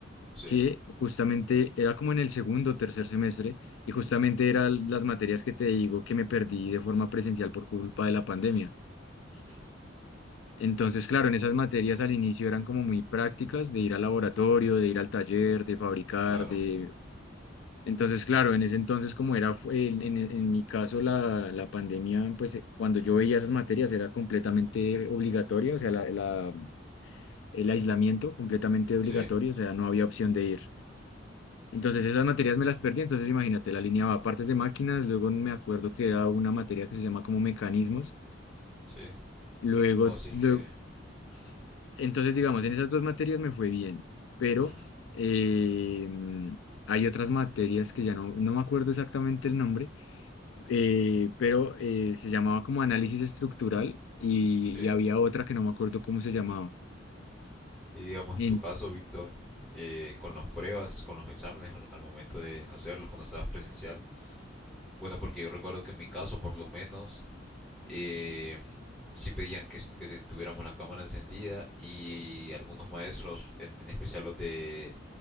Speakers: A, in the centre; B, on the left.
A: sí.
B: que justamente era como en el segundo o tercer semestre, y justamente eran las materias que te digo que me perdí de forma presencial por culpa de la pandemia.
A: Ujú.
B: Entonces, claro, en esas materias al inicio eran como muy prácticas de ir al laboratorio, de ir al taller, de fabricar,
A: Claro.
B: de... Entonces, claro, en ese entonces como era, fu- en, en- en mi caso la, la pandemia, pues eh, cuando yo veía esas materias era completamente obligatoria, o sea, la- la- el aislamiento completamente obligatorio,
A: Sí,
B: o sea, no había opción de ir. Entonces esas materias me las perdí, entonces imagínate, la alineaba partes de máquinas, luego me acuerdo que era una materia que se llama como mecanismos,
A: sí.
B: luego,
A: No, sí
B: luego
A: es que... Ujú,
B: Entonces, digamos, en esas dos materias me fue bien, pero
A: ujú.
B: eh, mm, hay otras materias que ya no, no me acuerdo exactamente el nombre, eh, pero eh, se llamaba como análisis estructural y,
A: Sí.
B: y había otra que no me acuerdo cómo se llamaba.
A: Y digamos
B: En-
A: en tu caso, Víctor, eh, con las pruebas, con los exámenes al, al momento de hacerlos cuando estabas presencial. Bueno, porque yo recuerdo que en mi caso, por lo menos, eh, sí pedían que, est- que tuviéramos la cámara encendida y algunos maestros, en, en especial los de,